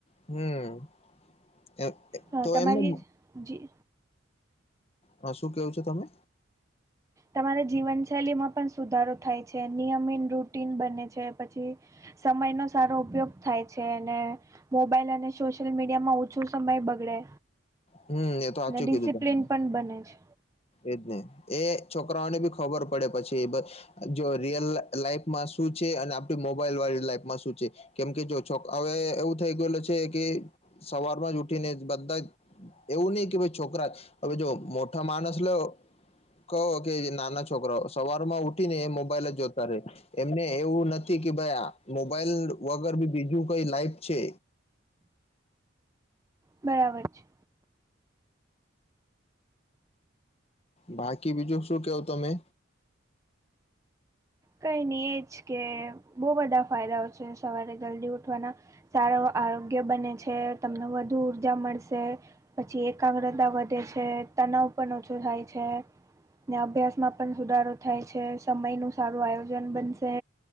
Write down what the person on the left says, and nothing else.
હમ એ
તો
એમને
હા શું કેવું છે તમે?
હમ એ તો સાચું
કીધું તમે
એજ નહી એ છોકરાઓને બી ખબર પડે પછી જો રિયલ લાઈફમાં શું છે અને આપડી મોબાઈલ વાળી લાઈફમાં શું છે? કેમ કે જો છો હવે એવું થઈ ગયેલ છે કે સવારમાં જ ઉઠીને બધા જ એવું નહી કે ભાઈ છોકરા હ જો મોઠા માણસ લો કહો કે નાના છોકરા સવાર માં ઉઠી ને મોબાઈલ જ જોતા રે. એમને એવું નથી કે ભાઈ આ મોબાઈલ વગર બી બીજું કઈ લાઈફ છે.
બાકી બીજું શું કેવું તમે?